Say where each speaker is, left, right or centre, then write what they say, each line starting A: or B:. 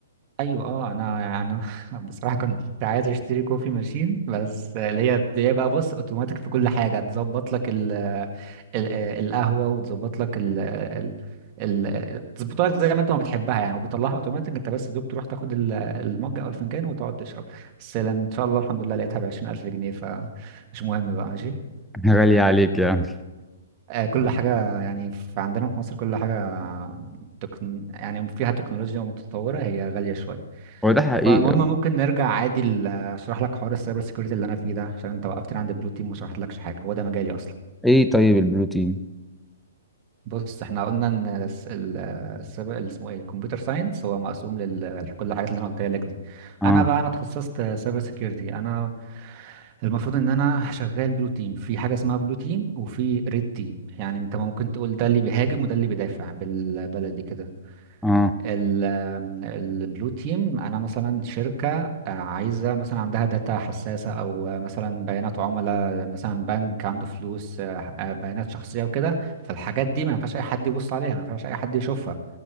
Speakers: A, on the right; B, in the centre.
A: ايوه اه انا انا <laughs> بصراحه كنت عايز اشتري كوفي ماشين بس اللي هي اللي هي بقى بص اوتوماتيك في كل حاجه تظبط لك ال ال القهوه وتظبط لك ال ال ال تظبط لك زي ما انت ما بتحبها يعني وبيطلعها اوتوماتيك انت بس دوب تروح تاخد ال- المج او الفنجان وتقعد تشرب بس لأن ان شاء الله الحمد لله لقيتها ب 20000 جنيه فمش مهم بقى ماشي
B: <laughs> غالية عليك يا
A: آه، كل حاجة يعني في عندنا في مصر كل حاجة تكن... يعني فيها تكنولوجيا متطورة هي غالية شوية
B: هو ده حقيقي
A: فالمهم ممكن نرجع عادي ل- اشرح لك حوار السايبر سيكيورتي اللي انا فيه ده عشان انت وقفتني عند بلو تيم وما شرحتلكش حاجه هو ده مجالي اصلا
B: ايه طيب البروتين
A: بص احنا قلنا ان الس- ال- السايبر اللي اسمه ايه الكمبيوتر ساينس هو مقسوم لكل الحاجات اللي انا قلتها لك دي
B: اه
A: انا بقى انا اتخصصت سايبر سيكيورتي انا المفروض ان انا شغال بلو تيم في حاجه اسمها بلو تيم وفي ريد تيم يعني انت ممكن تقول ده اللي بيهاجم وده اللي بيدافع بالبلدي كده
B: اه
A: البلو تيم انا مثلا شركه آه، عايزه مثلا عندها داتا حساسه او آه، مثلا بيانات عملاء مثلا بنك عنده فلوس آه، آه، بيانات شخصيه وكده فالحاجات دي ما ينفعش اي حد يبص عليها ما ينفعش اي حد يشوفها